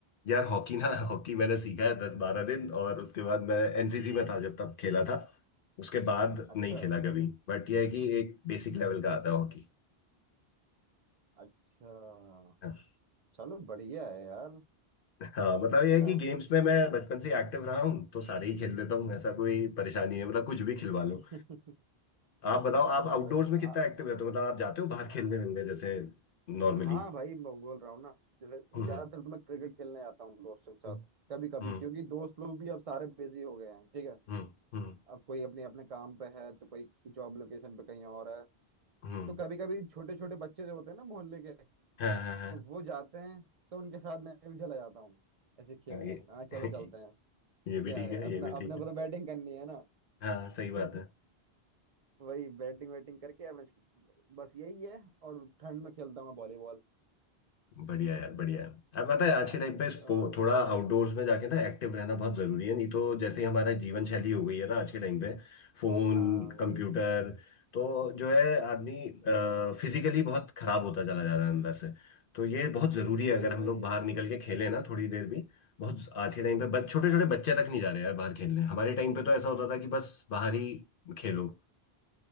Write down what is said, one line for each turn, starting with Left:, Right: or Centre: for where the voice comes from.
Left: यार हॉकी ना हॉकी मैंने सीखा है दस बारह दिन और उसके बाद मैं एनसीसी में था जब तब खेला था उसके बाद
Right: अच्छा
Left: नहीं खेला कभी बट यह है कि एक बेसिक लेवल का आता है हॉकी
Right: अच्छा
Left: हाँ।
Right: चलो बढ़िया है यार
Left: हाँ मतलब ये
Right: है
Left: है कि
Right: ना
Left: गेम्स में मैं बचपन से एक्टिव रहा हूँ तो सारे ही खेल लेता हूँ ऐसा कोई परेशानी नहीं है मतलब कुछ भी खिलवा लो
Right: <laughs>
Left: आप बताओ
Right: वही
Left: आप आउटडोर्स
Right: वही
Left: में
Right: आ,
Left: कितना एक्टिव रहते हो मतलब आप जाते हो बाहर खेलने मिलने जैसे नॉर्मली
Right: हाँ भाई मैं बोल रहा हूँ ना जैसे
Left: हम्म
Right: ज्यादातर तो मैं क्रिकेट खेलने जाता हूँ दोस्तों के साथ
Left: हम्म
Right: कभी कभी
Left: हम्म
Right: क्योंकि दोस्त लोग भी अब सारे बिजी हो गए हैं ठीक है
Left: हम्म हम्म
Right: अब कोई अपने अपने काम पे है तो कोई जॉब लोकेशन पे कहीं और है
Left: हम्म,
Right: तो कभी कभी छोटे छोटे बच्चे जो होते हैं ना मोहल्ले के
Left: हाँ हाँ हाँ
Right: तो वो जाते हैं तो उनके साथ मैं भी चला जाता हूँ ऐसे खेलने
Left: हाँ, ये
Right: हाँ चलो
Left: <laughs>
Right: चलते हैं
Left: ये भी
Right: क्या
Left: ठीक
Right: है
Left: है
Right: अपना
Left: ये भी ठीक
Right: अपने
Left: है
Right: को तो बैटिंग करनी है ना
Left: हाँ सही बात
Right: <laughs>
Left: है
Right: वही बैटिंग वैटिंग करके अपने बस यही है और ठंड में खेलता हूँ मैं वॉलीबॉल
Left: बढ़िया यार बढ़िया है अब पता है आज के टाइम पे स्पो-
Right: और
Left: थोड़ा
Right: क्या
Left: आउटडोर्स में जाके ना एक्टिव रहना बहुत जरूरी है नहीं तो जैसे ही हमारा जीवन शैली हो गई है ना आज के टाइम पे फोन
Right: हाँ वही
Left: कंप्यूटर तो जो है आदमी फिजिकली बहुत खराब होता चला जा रहा है अंदर से तो ये बहुत जरूरी है
Right: वही
Left: अगर हम
Right: वही
Left: लोग बाहर निकल के खेलें ना थोड़ी देर भी बहुत आज के टाइम पे बच, छोटे
Right: हाँ
Left: छोटे बच्चे तक नहीं जा रहे यार बाहर खेलने हमारे टाइम पे तो ऐसा होता था कि बस बाहर ही खेलो